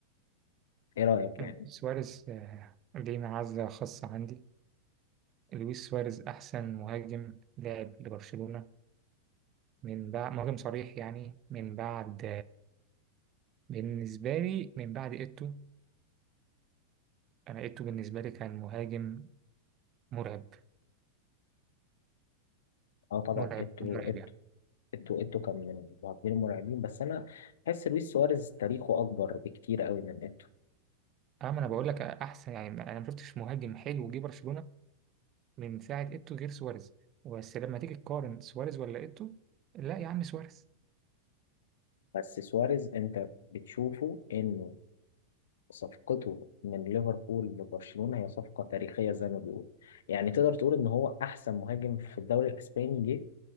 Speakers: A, on the left; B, on the right.
A: ايه رايك
B: آه،
A: يعني؟
B: سواريز آه، ليه معزة خاصة عندي لويس سواريز احسن مهاجم لاعب لبرشلونة من بعد مهاجم صريح يعني من بعد بالنسبة لي من بعد إيتو أنا إيتو بالنسبة لي كان مهاجم مرعب
A: اه طبعا
B: مرعب
A: ايتو
B: مرعب
A: ايتو
B: يعني
A: ايتو ايتو كان من المهاجمين المرعبين بس انا بحس لويس سواريز تاريخه اكبر بكتير قوي من ايتو
B: أما أنا بقول لك أحسن يعني أنا ما شفتش مهاجم حلو جه برشلونة من ساعة إيتو غير سواريز بس لما تيجي تقارن سواريز ولا إيتو لا يا عم سواريز
A: بس سواريز انت بتشوفه انه صفقته من ليفربول لبرشلونة هي صفقة تاريخية زي ما بيقول يعني تقدر تقول ان هو احسن مهاجم في الدوري الاسباني جه